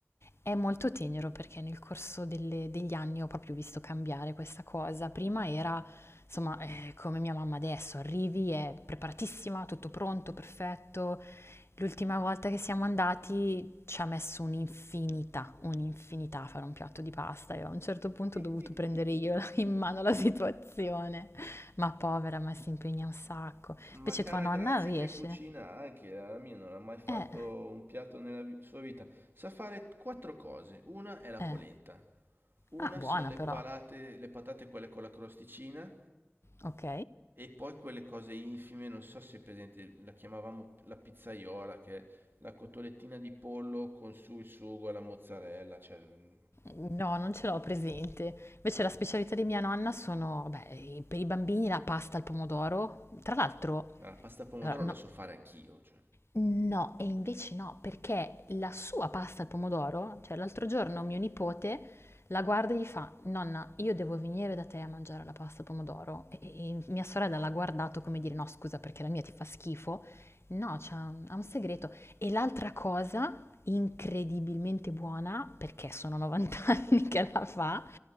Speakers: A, on the left; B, on the right.
A: È molto tenero perché nel corso delle- degli anni ho proprio visto cambiare questa cosa. Prima era, insomma, eh, come mia mamma adesso, arrivi, è preparatissima, tutto pronto, perfetto, L'ultima volta che siamo andati ci ha messo un'infinità, un'infinità a fare un piatto di pasta e a un certo punto
B: <laughs>
A: ho dovuto prendere io <laughs> la- in mano la situazione. Ma povera, ma si impegna un sacco.
B: Ma
A: Invece
B: cara
A: tua nonna
B: Grazia
A: riesce?
B: che cucina anche, eh, la mia non ha mai fatto
A: Eh,
B: un piatto nella vi- sua vita. Sa fare quattro cose. Una è la
A: eh.
B: polenta, una
A: Ah, buona
B: sono le
A: però.
B: palate, le patate quelle con la crosticina
A: Ok.
B: e poi quelle cose infime, non so se è presente, la chiamavamo la pizzaiola, che è la cotolettina di pollo con su il sugo e la mozzarella, cioè mm,
A: No, non ce l'ho presente. Invece la specialità di mia nonna sono, beh, per i bambini la pasta al pomodoro. Tra l'altro,
B: la pasta al pomodoro
A: allora,
B: la
A: no,
B: so fare anch'io, cioè.
A: No, e invece no, perché la sua pasta al pomodoro, cioè l'altro giorno mio nipote la guarda e gli fa: Nonna, io devo venire da te a mangiare la pasta al pomodoro. E, e- e mia sorella l'ha guardato come dire: No, scusa, perché la mia ti fa schifo. No, c'ha- ha un segreto. E l'altra cosa incredibilmente buona, perché sono 90 <laughs> anni che la fa,